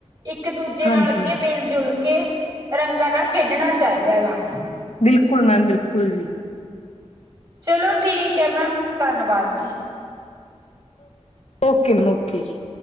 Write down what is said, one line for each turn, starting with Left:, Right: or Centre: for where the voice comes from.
Right: ਇੱਕ ਦੂਜੇ
Left: ਹਾਂਜੀ
Right: ਨਾਲ ਕੇ ਮਿਲ ਜੁਲ ਕੇ ਰੰਗਾਂ ਨਾਲ ਖੇਡਣਾ ਚਾਹੀਦਾ ਹੈਗਾ।
Left: ਬਿਲਕੁਲ ਮੈਮ ਬਿਲਕੁਲ ਜੀ।
Right: ਚਲੋ ਠੀਕ ਹੈ। ਮੈਮ ਧੰਨਵਾਦ ਜੀ।
Left: Okay ma'am. ਓਕੇ ਜੀ।